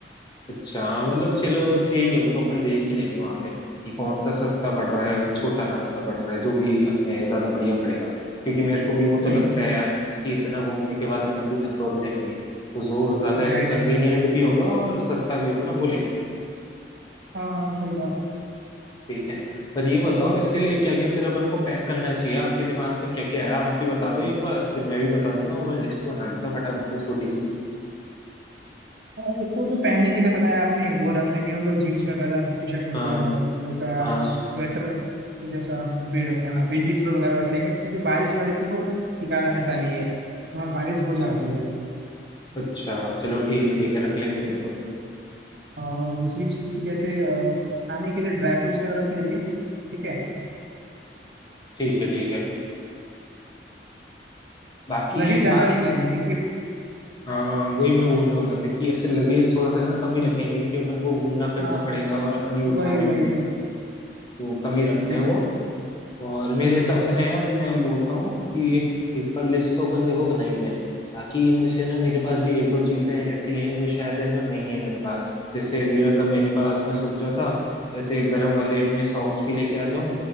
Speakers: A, on the left; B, on the right.
A: अच्छा हाँ, मतलब चलो ठीक है वो तो अपन देख ही लेंगे वहां पे कि कौन सा सस्ता पड़ रहा है छोटा रास्ता पड़ रहा है जो भी अपने ज्यादा बढ़िया पड़ेगा क्योंकि मेरे को भी वो
B: सही
A: तो लगता है यार कि इतना घूमने के बाद अपन भी थक वक जाएंगे तो जो ज्यादा ऐसे
B: जाइंट्स
A: कन्वीनियंट भी होगा और सस्ता भी होगा ना वो लेंगे अपन,
B: हाँ हाँ सही बात है
A: ठीक है पर ये बताओ इसके लिए क्या क्या फिर अपन को पैक करना चाहिए आपके दिमाग में क्या क्या है आप भी बता दो एक बार फिर मैं भी बता देता हूँ अपन लिस्ट बना लेते हैं फटाफट से छोटी सी
B: और तो जो पहनने के लिए बताया आपने वो रख लेंगे हम लोग जीन्स वगैरह टी शर्ट वगैरह
A: हाँ
B: और हल्का
A: हाँ
B: स्वेटर कुछ ऐसा वे- क्या नाम विंड चीटर वगैरह रख लेंगे क्योंकि बारिश बारिश का कोई ठिकाना रहता नहीं है वहाँ बारिश हो जाती है
A: अच्छा चलो ठीक है ठीक है रख लेंगे फिर तो
B: और दूसरी चीज़ की जैसे अ, खाने के लिए ड्राई फ्रूट्स रख लेंगे ठीक है
A: ठीक है ठीक है बाकी
B: लगे ज़्यादा
A: बाकी
B: नहीं है नहीं क्योंकि
A: हाँ वही मैं बोलने वाला था कि ऐसे लगेज थोड़ा सा है ना कम ही रखेंगे कि अपन को घूमना फिरना
B: हाँ
A: पड़ेगा और अपन ही उठा
B: वही
A: रहे
B: वही
A: होंगे
B: वही
A: तो कम ही रखते
B: वही
A: हैं
B: से
A: वो और मेरे
B: हम्म,
A: हिसाब से ना यार मैं हम बोलता हूँ कि एक बार लिस्ट तो अपन देखो बना ही रहे हैं बाकी इनमें से ना मेरे पास भी एक दो चीजें ऐसी हैं जो शायद है ना नहीं है मेरे पास जैसे अभी मतलब मेरे पास मैं सोच रहा था जैसे गर्म वाले अपने सॉक्स भी लेके आ जाऊं